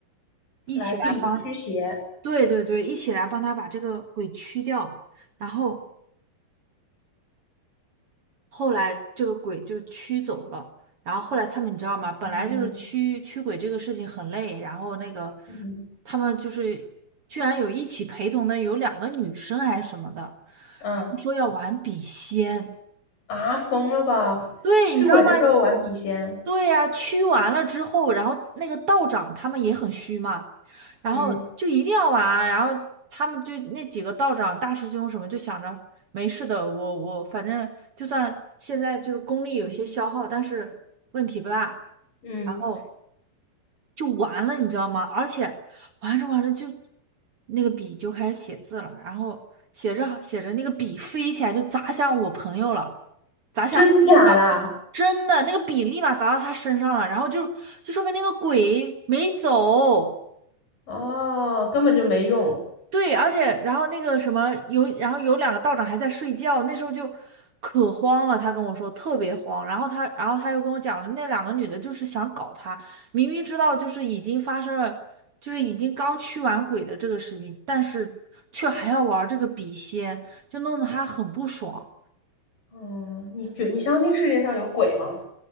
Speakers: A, on the right (about 45°); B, on the left (about 65°).
A: 一起来帮，
B: 来避驱邪，
A: 对对对，一起来帮他把这个鬼驱掉。然后后来这个鬼就驱走了。然后后来他们你知道吗？本来就是驱驱鬼这个事情很累，
B: 嗯
A: 然后那个
B: 嗯
A: 他们就是居然有一起陪同的有两个女生还是什么的，
B: 嗯
A: 然后说要玩笔仙。
B: 啊，疯了吧？
A: 对，
B: 驱鬼的时候玩笔仙，
A: 你知道吗？对呀、驱完了之后，然后那个道长他们也很虚嘛，然后就一定要玩啊然后他们就那几个道长、
B: 嗯
A: 大师兄什么就想着没事的，我我反正就算现在就是功力有些消耗，但是问题不大，
B: 嗯，
A: 然后就完了，你知道吗？而且玩着玩着就那个笔就开始写字了，然后写着写着那个笔飞起来就砸向我朋友了，砸向
B: 真假的？
A: A 了。真的，那个笔立马砸到他身上了，然后就就说明那个鬼没走。
B: 哦，根本就没用。
A: 对，而且然后那个什么有，然后有两个道长还在睡觉，那时候就可慌了。他跟我说特别慌，然后他然后他又跟我讲了，那两个女的就是想搞他，明明知道就是已经发生了，就是已经刚驱完鬼的这个事情，但是却还要玩这个笔仙，就弄得他很不爽。
B: 嗯，你觉你相信世界上有鬼吗？